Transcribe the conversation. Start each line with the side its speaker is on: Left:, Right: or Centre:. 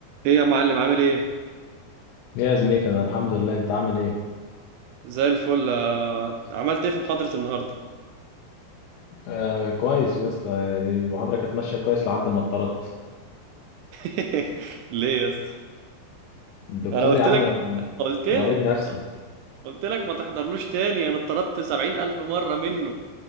Right: ايه يا معلم عامل ايه؟
Left: يا زميك انا الحمد لله انت عامل ايه
Right: زي الفل آه، عملت ايه في محاضرة النهاردة؟
Left: آه كويس يا اسطى يعني المحاضره كانت ماشيه كويس لحد ما اتطردت
Right: <laughs> ليه يا اسطى؟
Left: الدكتور
Right: انا قلت
Left: يا عم
Right: لك قلت لك
Left: مريض نفسي
Right: قلت لك ما تحضرلوش تاني انا اتطردت سبعين الف مرة منه